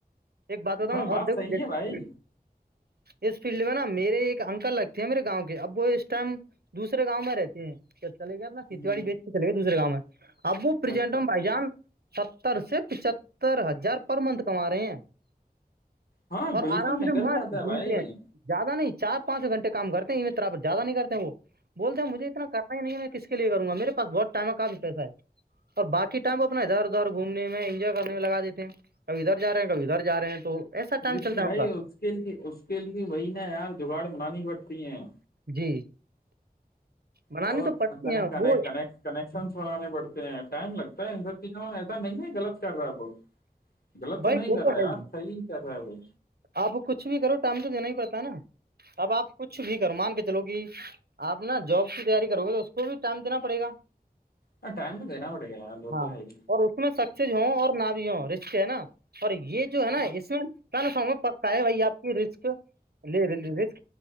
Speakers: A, on the right; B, on the left.
A: ایک بات بتاؤں
B: ہاں بات
A: اور دیکھوں
B: صحیح ہے بھائی
A: اس فیلڈ میں نا میرے ایک انکل لگتے ہیں میرے گاؤں کے اب وہ اس ٹائم دوسرے گاؤں میں رہتے ہیں چلے گئے اپنا کھیتی
B: ہ
A: باڑی بیچ کے چلے گئے دوسرےاؤ میں اب وہ پرزنٹ
B: اچھا
A: ان ستر سے پچتر ہزار پر منتھ کما رہے ہیں <unintelligible>
B: ہاں
A: اور
B: بالکل
A: آرام
B: نکل
A: سے مست
B: جاتا
A: گھومتے
B: ہے بھائی
A: ہیں زیادہ نہیں چار پانچ گھنٹ کا کرتے ہیںر زیادہ نہیںتے وہ بولتے ہیں مجھے اتنا کر نہیں میں کس کے لیے کروں گا میرے پاس بہت ٹائمہ کامی پیسہ ہے اور بات <unintelligible> ٹائم پ اپنا ادھر ادھر گھومنے میں انجوائے کرنے لگا دیتے ہیں کھی ادھر جا رہے ہیں کب ادھر ج رہے ہیں تو ایسا ٹائم
B: لیکن
A: چلتا ہے
B: بھائی
A: ان کا
B: اس کے لیے اس کے لیے وہی نا یار جگاڑ منانی پڑتی ہیں
A: جی بنانی
B: تو ک
A: پڑتی
B: کنے
A: ہیں وہ
B: کنے کنیکشنس بنانے پڑتے ہیں ٹائم لگتا ہے سب چیزوں ایسا نہیں ہے غط کر رہا ہے وہ <unintelligible> غلط
A: بھائی
B: تو نہیں
A: وہ
B: کر رہا
A: ہے
B: یار
A: ہی
B: صحیح کر رہا ہے وہ
A: آپ کچھ بھی کرو ٹائم تو دینا ہی پڑتا ہے نا اب آپ کچھ بھی کرو مان کے چلو گی آپ نا جاب کی تیاری کرو گے تو اس کو بھی ٹائم دینا پڑے گا
B: ہ ٹائم تو دینا پڑے گیا لو
A: ہاں
B: تو ہے گی
A: اور اس میں سکز ہوں اور نہ بھی ہ رسک ہے نا اور یہ جو ہے نا
B: ہاں
A: اس میں س نا سام میں پکا ہے وہ آپ کی رسک لے ل ر <unintelligible>